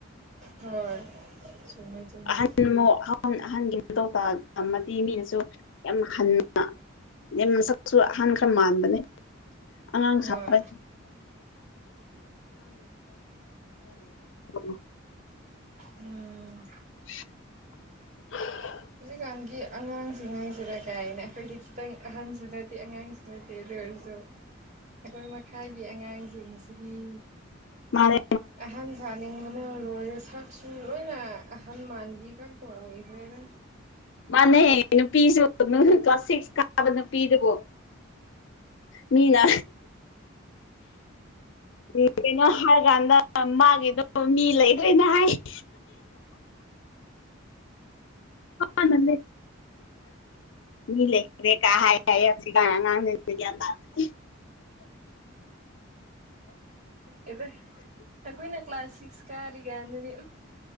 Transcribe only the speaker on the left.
ꯑꯍꯟ ꯑ ꯑꯍꯟꯒꯤ ꯃꯇꯧ ꯑꯃꯗꯤ ꯃꯤꯅꯁꯨ ꯌꯥꯝ ꯍꯟꯅ ꯃꯁꯛꯁꯨ ꯑꯍꯥꯟꯕ ꯈꯔ ꯃꯥꯟꯕꯅꯦ ꯑꯉꯥꯡ
ꯁꯥꯄ <unintelligible>
<unintelligible>
ꯃꯥꯅꯦꯦ
ꯃꯥꯅꯦ ꯅꯨꯄꯤꯁꯨ ꯀ꯭ꯂꯥꯁ ꯁꯤꯛꯁ ꯀꯥꯕ ꯅꯨꯄꯤꯗꯨꯕꯨꯣ ꯃꯤꯅ ꯎꯝ ꯀꯩꯅꯣ ꯍꯥꯏꯔꯀꯥꯟꯗ ꯃꯥꯒꯤꯗꯣ ꯃꯤ ꯂꯩꯈ꯭ꯔꯦꯅ ꯍꯥꯏ <inaudible> ꯑ ꯅꯦ <inaudible> ꯂꯩꯦ ꯀꯥ ꯍꯥꯏ ꯉ <inaudible>